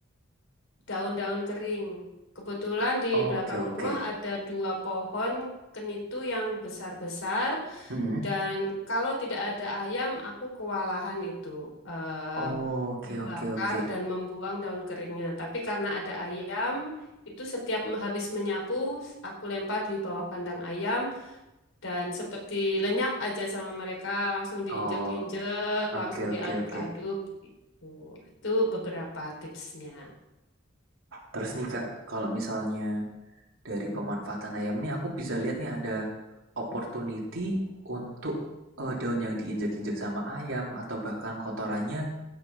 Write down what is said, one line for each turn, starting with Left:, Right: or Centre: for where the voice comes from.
Left: daun-daun kering. Kebetulan di
Right: oke
Left: belakang
Right: oke,
Left: rumah ada dua pohon kenitu yang besar-besar.
Right: hmm,
Left: Dan kalau tidak ada ayam, aku kewalahan itu eh,
Right: oke
Left: membakar
Right: oke oke,
Left: dan membuang daun keringnya. Tapi karena ada ayam, itu setiap habis menyapu, aku lempar di bawah kandang ayam dan seperti lenyap aja sama mereka, langsung diinjak-injek,
Right: oh oke
Left: langsung diaduk-aduk
Right: oke oke.
Left: gitu. Itu beberapa tipsnya.
Right: Terus nih kak, kalau misalnya dari pemanfaatan ayam ini, aku bisa lihat nih ada opportunity untuk eh, daun yang diinjak-injak sama ayam atau bahkan kotorannya